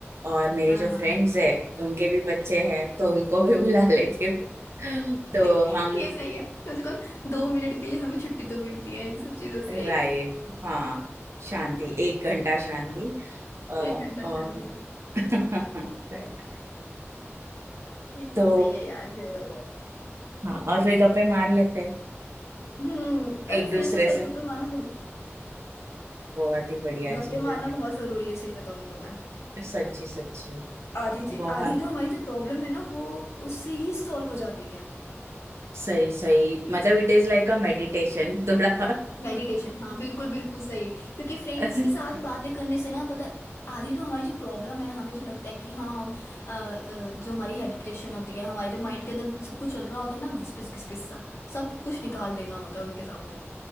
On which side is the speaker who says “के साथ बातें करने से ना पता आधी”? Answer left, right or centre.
Left